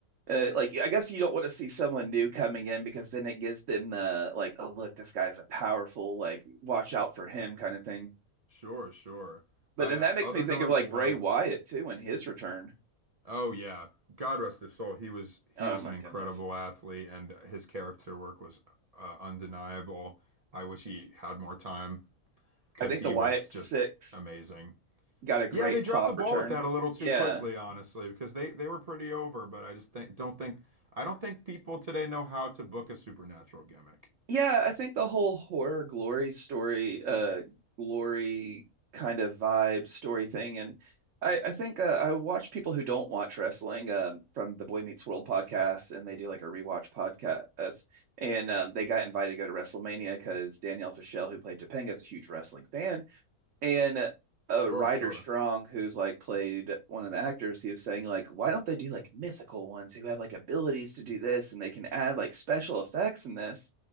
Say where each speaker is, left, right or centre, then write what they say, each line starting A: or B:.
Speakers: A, on the right; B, on the right.
A: uh, like I guess you don't want to see someone new coming in because then it gives them the like, oh look, this guy's a powerful, like watch out for him kind of thing.
B: Sure, sure.
A: But
B: I
A: then
B: uh,
A: that makes
B: other
A: me think
B: notable
A: of like Bray
B: ones.
A: Wyatt too and his return.
B: Oh yeah. God rest his soul. He was he
A: Oh
B: was
A: my
B: an incredible
A: goodness,
B: athlete and his character work was uh, undeniable. I wish he had more time because
A: I think
B: he
A: the Wyatt
B: was just
A: Six
B: amazing.
A: got a great
B: Yeah, they dropped
A: pop
B: the ball
A: return.
B: with that a little too
A: Yeah.
B: quickly, honestly, because they they were pretty over, but I just think don't think I don't think people today know how to book a supernatural gimmick.
A: Yeah, I think the whole horror glory story, uh, glory kind of vibe story thing, and I, I think uh, I watch people who don't watch wrestling um, from the Boy Meets World podcast, and they do like a rewatch podcast, and um, they got invited to go to WrestleMania because Danielle Fischel, who played Topanga, is a huge wrestling fan, and uh,
B: Sure,
A: Ryder
B: sure.
A: Strong, who's like played one of the actors, he was saying like, why don't they do like mythical ones who have like abilities to do this and they can add like special effects in this?